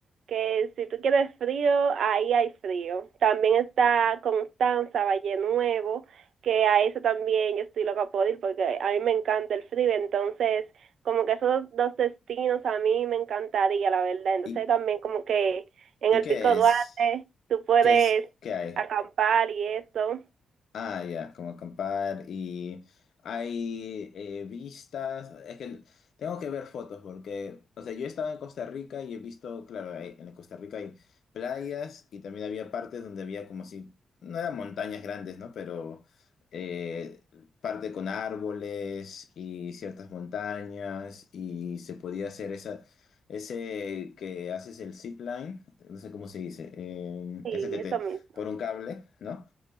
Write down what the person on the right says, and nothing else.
que si tú quieres frío, ahí hay frío. También está Constanza, Valle Nuevo, que a eso también yo estoy loca por ir porque a mí me encanta el frío, entonces como que esos dos destinos a mí me encantaría, la verdad. Entonces
también como que en
el
Pico Duarte
tú puedes
acampar y eso,
sí,
eso mismo,